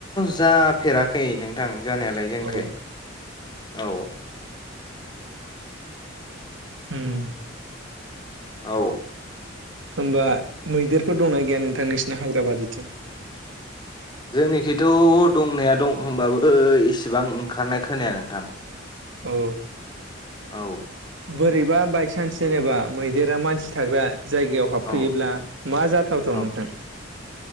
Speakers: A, on the left; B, on the right.
A: जाफेराखै नोंथां। जानायालाय जोंखै
B: औ
A: औ
B: उम
A: औ
B: होमबा मैदेरफोर दंना गैया नोंथां नोंसिना हाग्राबारिथिं?
A: जोंनिखिथ' दंनाया दं होमबो इसेबां ओंखारनाय खोनाया नोंथां।
B: औ
A: औ
B: बोरि बा बायसान्स जेनेबा मैदेरा मानसि थाग्रा जायगायाव हाबफैयोब्ला
A: औ
B: मा जाथावथाव
A: औ
B: नोंथां।